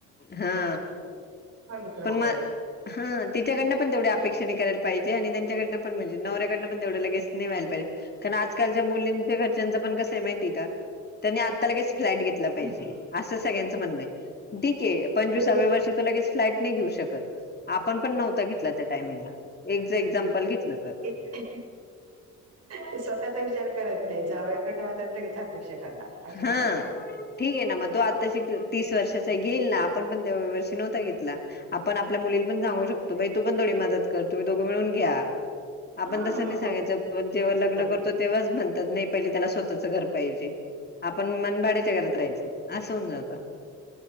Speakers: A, on the left (about 35°); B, on the right (about 55°).
A: हा.
B: खालीच राहते.
A: पण मग हा तिच्याकडन पण तेवढ्या अपेक्षेने करायला पाहिजे आणि त्यांच्याकडन म्हणजे नवऱ्याकडनं पण तेवढं लगेच नाही व्हायला पाहिजे, कारण आजकालच्या मुलींच्या घरच्यांच पण कसं माहितीय का त्यांनी आता लगेच फ्लॅट घेतला पाहिजे,
B: हम्म.
A: असं सगळ्यांचं म्हणणं ये. ठीक ये, पंचवीसाव्या
B: हो
A: वर्षी तो लगेच फ्लॅट नाही घेऊ शकत. आपण पण नव्हता घेतला त्या टाईमींला एक जे एक्झाम्पल घेतलं. तर
B: एक ते स्वतःचा विचार करत नाही, जावयाकडनं मात्र लगेच अपेक्षा करणार अशी
A: हा
B: मजा आहे.
A: ठीक ये, ना मग तो आताशी तीस वर्षाचा आहे घेईल ना आपण पण त्याव वर्षी नव्हता घेतला. आपण आपल्या मुलीला पण सांगू शकतो, बाई तू पण थोडी मदत कर तुम्ही दोघं मिळून घ्या. आपण
B: हा
A: तसं नाही
B: दोघी
A: सांगायच जेव्हा लग्न
B: सुटतात
A: करतो
B: मग.
A: तेव्हाच म्हणतात, नाही पहिले त्याला स्वतःच घर पाहिजे. आपण मन भाड्याच्या घरात राहायचं असं होऊन जातं.